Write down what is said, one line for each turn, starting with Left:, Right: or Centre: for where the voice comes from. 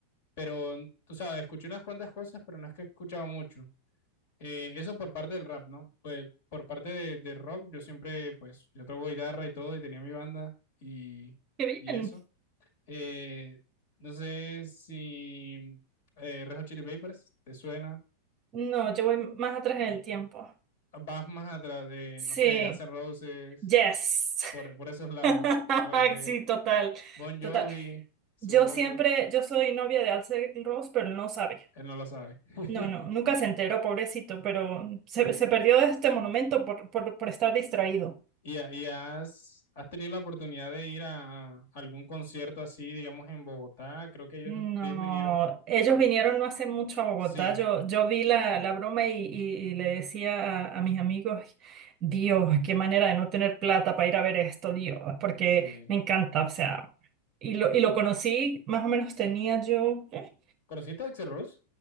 Left: Pero, tú sabes, escuché unas cuantas cosas, pero no es que he escuchado mucho. Eh, eso por parte del rap, ¿no? Pues por parte de, de rock, yo siempre, pues, yo toco guitarra y todo, y tenía mi banda y,
Right: Qué bien.
Left: y eso. Eh, no sé si eh, Red Hot Chili Peppers te suena.
Right: No, yo voy más atrás en el tiempo.
Left: Vas más atrás de,
Right: Sí.
Left: no sé, Guns N' Roses,
Right: Yes.
Left: por, por esos lados.
Right: <laughs>
Left: Ok.
Right: Sí, total.
Left: Bon
Right: Total.
Left: Jovi, supongo.
Right: Yo siempre, yo soy novia de Axl Rose, pero él no sabe.
Left: Él no lo sabe. <laughs>
Right: No, no, nunca se enteró, pobrecito, pero se, se perdió de este monumento por, por, por estar distraído.
Left: ¿Y, ha- y has, has tenido la oportunidad de ir a, a algún concierto así, digamos, en Bogotá? Creo que ellos,
Right: No,
Left: ellos vinieron.
Right: ellos vinieron no hace mucho a Bogotá.
Left: Sí,
Right: Yo, yo vi la, la broma y, y- y le decía a, a mis amigos, Dios, qué manera de no tener plata para ir a ver esto, Dios, porque
Left: sí.
Right: me encanta, o sea, y lo, y lo conocí, más o menos tenía yo, ¿qué?
Left: ¿Conociste a Axl Rose?